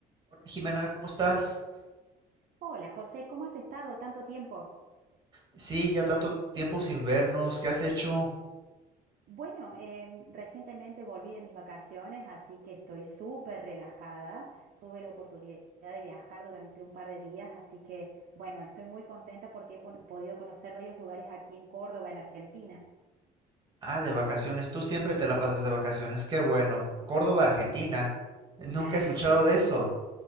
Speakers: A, on the right; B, on the right.
A: Hola, Jimena, ¿cómo estás?
B: Hola José, ¿cómo has estado tanto tiempo?
A: Sí, ya tanto tiempo sin vernos, ¿qué has hecho?
B: Bueno, em, recientemente volví de mis vacaciones, así que estoy súper relajada. Tuve la oportunidad de viajar durante un par de días, así que bueno, estoy muy contenta porque he pon- podido conocer varios lugares aquí en Córdoba, en Argentina.
A: Ah, de vacaciones, tú siempre te la pasas de vacaciones, qué bueno. Córdoba, Argentina, nunca
B: <laughs>
A: he escuchado
B: Bueno,
A: de eso.